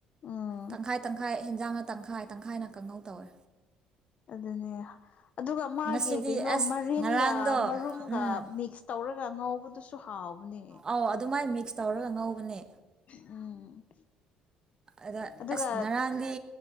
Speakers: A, on the left (about 55°); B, on the right (about 25°).
A: ꯎꯝ
B: ꯇꯪꯈꯥꯏ-ꯇꯪꯈꯥꯏ꯫ ꯍꯤꯟꯖꯥꯡꯅ ꯇꯪꯈꯥꯏ ꯇꯪꯈꯥꯏꯅ ꯀꯪꯍꯧ ꯇꯧꯋꯦ꯫
A: ꯑꯗꯨꯅꯦ꯫ ꯑꯗꯨꯒ ꯃꯥꯒꯤ
B: ꯉꯁꯤꯗꯤ
A: ꯀꯩꯅꯣ
B: ꯑꯁ
A: ꯃꯔꯤꯟꯒ
B: ꯉꯔꯥꯡꯗꯣ
A: ꯃꯔꯨꯝꯒ
B: ꯎꯝ
A: ꯃꯤꯛꯁ ꯇꯧꯔꯒ ꯉꯧꯕꯗꯨꯁꯨ ꯍꯥꯎ ꯕꯅꯦ
B: ꯑꯧ ꯑꯗꯨꯃꯥꯏꯅ ꯃꯤꯛꯁ ꯇꯧꯔꯒ ꯉꯧꯕꯅꯦ꯫
A: ꯎꯝ
B: ꯑꯗ
A: ꯑꯗꯨꯒ
B: ꯑꯁ ꯉꯔꯥꯡꯗꯤ